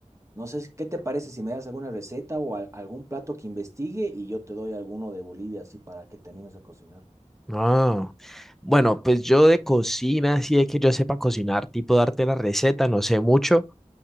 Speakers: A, on the right (about 25°); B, in the centre.
A: no sé si- qué te parece si me das alguna receta o al- algún plato que investigue y yo te doy alguno de Bolivia así para que te animes a cocinar.
B: Ah, bueno, pues yo de cocina, así de que yo sepa cocinar, tipo darte la receta, no sé mucho,